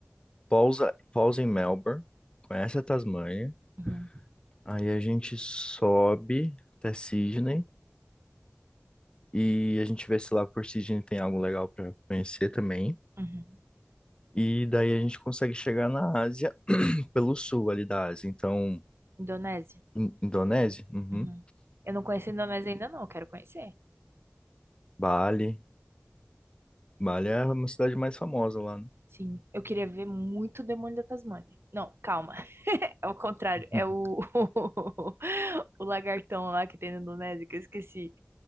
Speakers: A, on the left; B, on the right.
A: pausa, pausa em Melbourne, conhece a Tasmânia,
B: Uhum.
A: aí a gente sobe até Sydney e a gente vê se lá por Sydney tem algo legal para conhecer também.
B: Uhum.
A: E daí a gente consegue chegar na Ásia <clears throat> pelo sul ali da Ásia. Então,
B: Indonésia?
A: In- Indonésia? Uhum.
B: Uhum. Eu não conheço a Indonésia ainda, não. eu Quero conhecer.
A: Bali. Bali é uma cidade mais famosa lá, né?
B: Sim, eu queria ver muito o Demônio da Tasmânia. Não, calma, <laughs> é o contrário,
A: <laughs>
B: é o, <laughs> o lagartão lá que tem na Indonésia, que eu esqueci.